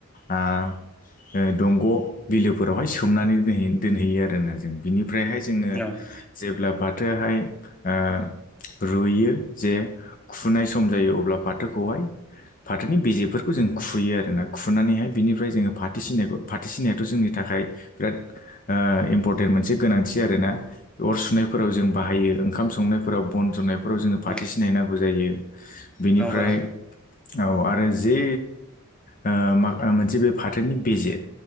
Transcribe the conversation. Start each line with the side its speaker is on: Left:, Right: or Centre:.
Left: ओ ओ दंग' बिलोफोरावहाय सोमनानै दोनहै दोनहैयो आरोना जों। बिनिफ्रायहाय जोङो
Centre: अ
Left: जेब्ला फाथोआहाय ओ रुइयो जे खुनाय सम जायो अब्ला फाथोखौहाय फाथोनि बेजेफोरखौ जों खुयो आरो ना। खुनानैहाय बिनिफ्राय जोङो फाथोसिनायखौ फाथो सिननायाथ' जोंनि था खाय बिराद ओ इम्परटेन्ट मोनसे गोनां थि आरोना अर सुनायफोराव जों बाहायो ओंखाम संनायाव बन जन्नाय फोराव जोङो फाथोसिना
Centre: अ
Left: नांगौ जायो। बेनिफ्राय
Centre: नंगौ नोंथां
Left: औ आरो जे ओ माबा मोनसे बे फाथोनि बेेजे